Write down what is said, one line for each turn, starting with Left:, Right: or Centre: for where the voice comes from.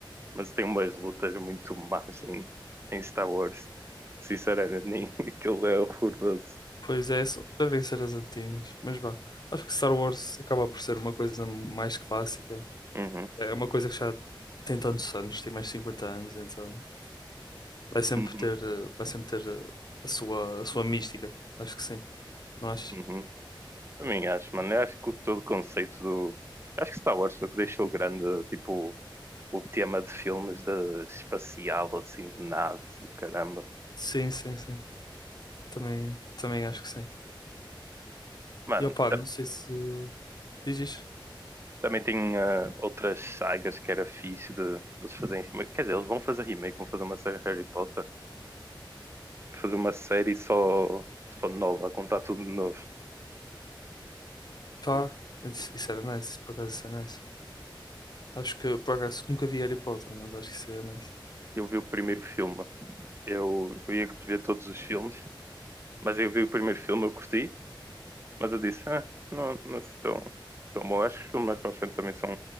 Right: mas tem umas lutas muito más em, em Star Wars. Sinceramente, nem <laughs> aquilo é horroroso.
Left: Pois é, só- devem ser as antigas. Mas vá, acho que Star Wars acaba por ser uma coisa mais clássica.
Right: Uhum.
Left: É uma coisa que já tem tantos anos, tem mais de 50 anos, então vai sempre
Right: Uhum,
Left: ter, eh, vai sempre ter eh, a sua, a sua mística. Acho que sim. Não acho?
Right: uhum. Também acho, mano. Eu acho que todo o conceito do. Acho que Star Wars foi o que deixou grande, tipo, o tema de filmes de espacial, assim, de naves e o caramba.
Left: Sim, sim, sim. Também, também acho que sim.
Right: Mano,
Left: E opá,
Right: ta-
Left: não sei se diz isto.
Right: também tem eh, outras sagas que era fixe de, de eles fazerem remake. Quer dizer, eles vão fazer remake, vão fazer uma série de Harry Potter, fazer uma série só, só nova, a contar tudo de novo.
Left: Pá, isso, isso era nice, por acaso isso era nice. Acho que por acaso nunca vi Harry Potter, mas acho que isso era nice.
Right: Eu vi o primeiro filme, eu, eu ia ver todos os filmes, mas eu vi o primeiro filme, eu curti, Mas eu disse, ah, não, não se tão, tão bom. Acho que os filmes mais para a frente também são,